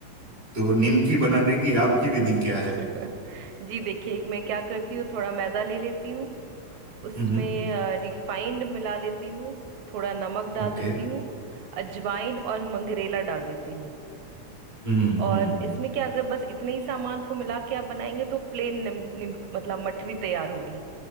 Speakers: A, on the right; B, on the right.
A: तो निमकी बनाने की आपकी विधि क्या
B: <laughs>
A: है
B: जी देखिए मैं क्या करती हूँ थोड़ा मैदा ले लेती हूँ उसमें
A: हम्म
B: रिफाइंड मिला लेती हूँ थोड़ा नमक डाल
A: ओके
B: देती हूँ अजवाइन और मंगरेला डाल देती हूँ
A: हम्म
B: और
A: हम्म
B: इसमें क्या अगर बस इतने ही सामान को मिला के आप बनाएंगे तो प्लेन निम, निम, मतलब मठरी तैयार होगी